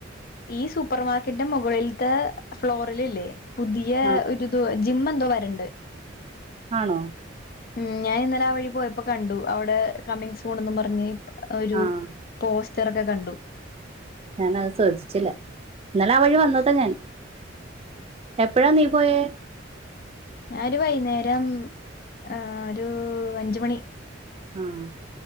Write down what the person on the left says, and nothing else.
ഈ സൂപ്പർ മാർക്കറ്റിന്റെ മുകളിൽത്തെ ഫ്ലോറില് ല്ലേ പുതിയ
ഒ ത് ഒ ജിംമ്മ് എന്തോ വര്ണ്ട്
ഉം ഞാനിന്നലെ ആ വഴി പോയപ്പോ കണ്ടു. അവ്ടെ കമിങ് സൂണെന്നും പറഞ്ഞ് ഒരു
പോസ്റ്ററൊക്കെ കണ്ടു
ഞാഒരു വൈന്നേരം ആ ഒരു അഞ്ച് മണി